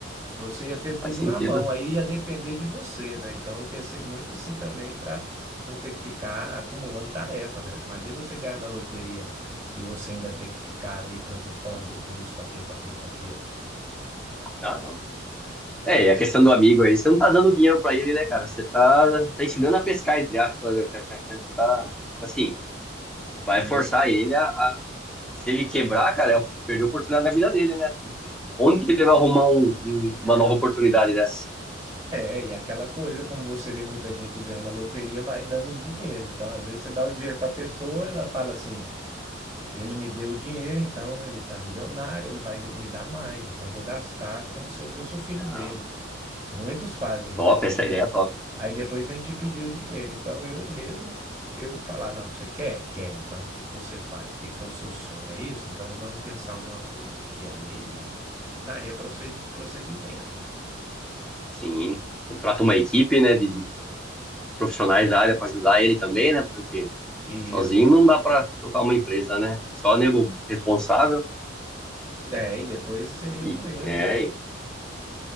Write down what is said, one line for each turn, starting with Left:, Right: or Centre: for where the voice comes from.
Right: Você ia ter tudo
Centre: faz sentido.
Right: na mão, aí ia depender de você, né? Então eu pensei muito assim também para não ter que ficar acumulando tarefa, né? Imagina você ganhar na loteria e você ainda ter que ficar ali preocupando com isso, com aquilo, com aquilo, com aquilo.
Centre: Ah, não. É, e a questão do amigo aí, você não tá dando dinheiro pra ele, né, cara? Você tá, tá ensinando a pescar, entre aspas. né? Você Tá, assim, vai
Right: Isso.
Centre: forçar ele a, a- Se ele quebrar, cara, é perder a oportunidade da vida dele, né? Porque Onde que ele vai arrumar um- um- uma nova oportunidade dessa?
Right: É, e aquela coisa, como você vê muita gente ganhando na loteria, vai dando dinheiro. Então, às vezes, você dá o dinheiro para a pessoa, ela fala assim: ele me deu o dinheiro, então ele tá milionário, ele vai me dar mais, então eu vou gastar como se eu fosse o filho
Centre: Não.
Right: dele. Muitos fazem
Centre: Top,
Right: isso.
Centre: essa
Right: E aí, de-
Centre: ideia é top.
Right: aí depois vem te pedir o dinheiro. Então eu mesmo, eu falar, não, você quer? Quer. Então o que que você faz? O que que é o seu sonho? É isso? Então vamos pensar alguma coisa. E aí daria prosseguimento, né?
Centre: Sim, contrata uma equipe, né, de de profissionais da área para ajudar ele também, né, porque
Right: E
Centre: sozinho
Right: isso,
Centre: não dá para tocar uma empresa, né? Só nego responsável
Right: é, e depois seria
Centre: e
Right: com ele,
Centre: é,
Right: né?
Centre: e